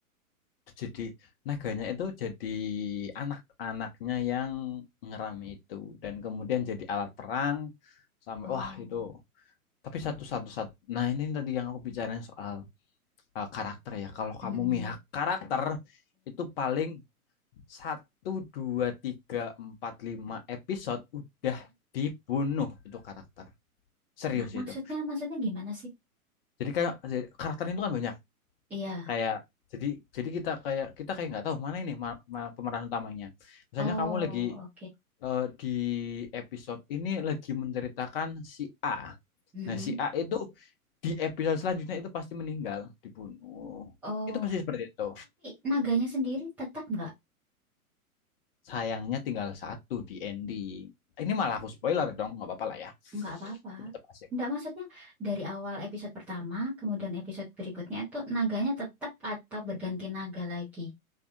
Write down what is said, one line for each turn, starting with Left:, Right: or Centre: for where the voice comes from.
Left: jadi naganya itu jadi anak-anaknya yang ngerami itu dan kemudian jadi alat perang sampai
Centre: Oh,
Left: wah itu. Tapi satu-satu satu. Nah, ini tadi yang aku bicarain soal eh, karakter ya. Kalau
Centre: mm
Left: kamu mihak karakter itu paling satu dua tiga empat lima episode udah dibunuh itu karakter serius
Centre: Nah,
Left: itu
Centre: maksudnya maksudnya gimana sih?
Left: jadi kayak karakter itu kan banyak
Centre: Iya.
Left: kayak jadi jadi kita kayak kita kayak nggak tahu mana ini ma- ma- pemeran utamanya misalnya
Centre: Oh,
Left: kamu lagi eh, di episode ini lagi menceritakan si A
Centre: mm-mm.
Left: nah si A itu di episode selanjutnya itu pasti meninggal dibunuh
Centre: Oh,
Left: itu pasti seperti itu
Centre: naganya sendiri tetap nggak
Left: Sayangnya tinggal satu di ending. Ini malah aku spoiler dong, nggak apa-apa lah ya.
Centre: nggak apa-apa.
Left: Tapi Tetap asik.
Centre: Nggak maksudnya dari awal episode pertama, kemudian episode berikutnya itu naganya tetap atau berganti naga lagi.